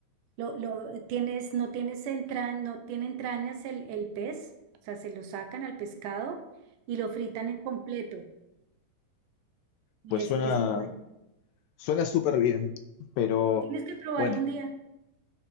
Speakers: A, on the right (about 80°); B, on the left (about 80°).
A: Lo, lo tienes, no tienes entra- no tiene entrañas el, el pez, o sea, se lo sacan al pescado y lo fritan en completo. Y
B: Pues
A: es,
B: suena,
A: es muy bueno.
B: suena súper bien, pero
A: Tienes que probarlo
B: bueno,
A: un día.